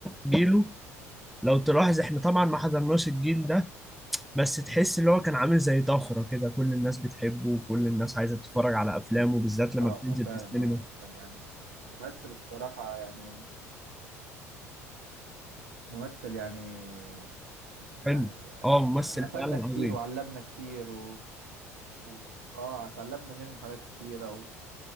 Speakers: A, in the centre; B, on the right.
A: جيله لو تلاحظ احنا طبعا ما حضرناش الجيل ده بس تحس اللي هو كان عامل زي طفرة كده كل الناس بتحبه وكل الناس عايزة تتفرج على افلامه بالذات لما
B: اه
A: بتنزل
B: فعلا
A: في السينما
B: اه كان يعني ممثل الصراحه يعني ممثل يعني يعني
A: حلو اه ممثل
B: افادنا
A: فعلا
B: كتير
A: عظيم
B: وعلمنا كتير و... و... اه اتعلمنا منه حاجات كتيره